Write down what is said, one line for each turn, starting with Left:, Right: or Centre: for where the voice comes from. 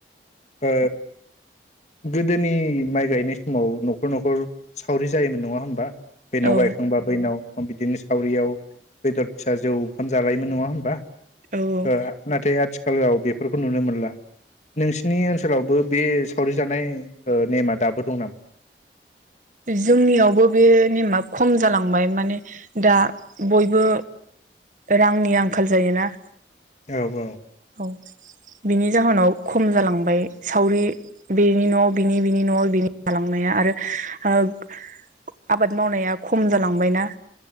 Left: औ ओ। गोदोनि माइ गायनाय समाव न'खर न'खर सावरि जायोमोन नङा होमबा? बेनाव
Right: औ
Left: गायखांबा बैनाव बिदिनो सावरियाव बेदर फिसा जौ ओंखाम जालायोन नङा होमबा?
Right: औ
Left: ओ नाथाय आथिख खालाव बेफोरखौ नुनो मोनला नोंसिनि ओनसोलावबो बे सावरि जानाय ओ नेमा दाबो दं नामा?
Right: जोंनियावबो बे नेमा खम जालांबाय माने दा बयबो रांनि आंखाल जायोना।
Left: औ औ।
Right: औ बिनि जाहोनाव खम जालांबाय। सावरि बेनि न' बिनि बिनि न' बिनि जालांनाया आरो ओब आबाद मावनाया खम जालांबायना।